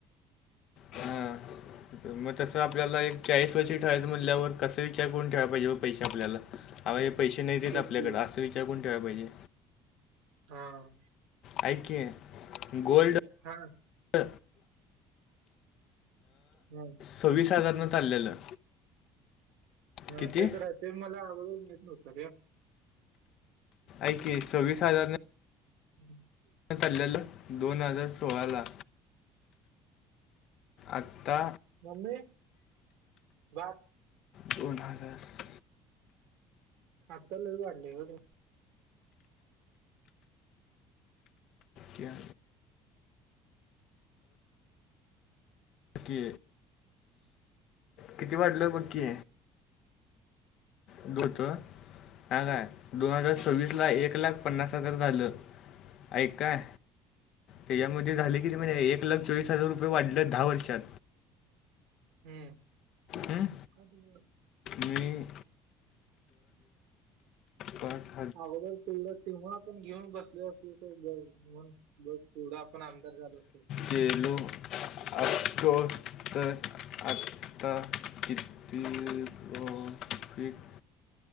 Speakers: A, on the left; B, on the right.
A: हां. मग तसं आपल्याला एक चाळीस वर्षी ठेवायचं म्हणल्यावर कस विचार करून ठेवा पाहिजे पैसे आपल्याला हा म्हणजे पैसे नाही देत
B: तेच
A: आपल्याकडं
B: की.
A: असा विचार कडुन ठेवाय पाहिजे
B: होय.
A: ऐक की गोल्ड
B: हा.
A: अ.
B: हां.
A: सव्वीस हजारनं चाललेलं
B: ह
A: किती?
B: ते तर आहे ते मला आवडुन येत रे
A: ऐक की सव्वीस हजार
B: ह
A: चाललेलं दोन हजार सोळा ला आत्ता
B: मम्मी भात.
A: दोन हजार
B: आता लय वाढले बर
A: क्या कि किती वाटलं बघ की दोन तोळा काय दोन हजार सव्वीस ला एक लाख पन्नास
B: बघ.
A: हजार झालं <inaudible> ऐक काय त्याच्यामध्ये झाले की ते म्हणजे एक लाख चोवीस हजार रुपये वाढले दहा वर्षात
B: हम्म
A: हं?
B: <inaudible>
A: मी पण
B: अगोदर तेवढं तेव्हा आपण घेऊन बसले असल तर बघ तेवढं डं आपण आमदार झालो असतो
A: गेलो आ चो तर आत्ता कि <inaudible> <unintelligible>